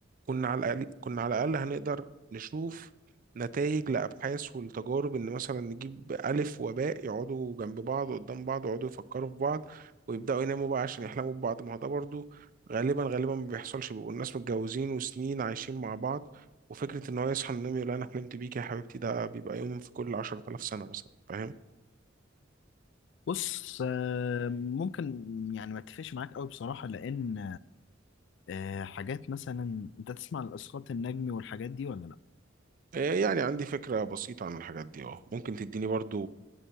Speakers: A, on the right (about 45°); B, on the left (about 65°).
A: كنا على الأقل كنا على الأقل هنقدر نشوف نتائج لأبحاث ولتجارب إن مثلا نجيب ألف وباء يقعدوا جنب بعض وقدام بعض ويقعدوا يفكروا في بعض ويبدأوا يناموا بقى عشان يحلموا ببعض ما هو ده برضه غالبا غالبا ما بيحصلش بيبقوا الناس متجوزين وسنين عايشين مع بعض وفكرة إن هو يصحى من النوم يقول أنا حلمت بيك يا حبيبتي ده بيبقى يوم في كل عشرة آلاف سنة مثلا فاهم؟
B: بص آه، ممكن يعني ما اتفقش معاك قوي بصراحة لأن آه، حاجات مثلا أنت تسمع عن الإسقاط النجمي والحاجات دي ولا لأ؟
A: إيه يعني عندي فكرة بسيطة عن الحاجات دي أه ممكن تديني برضه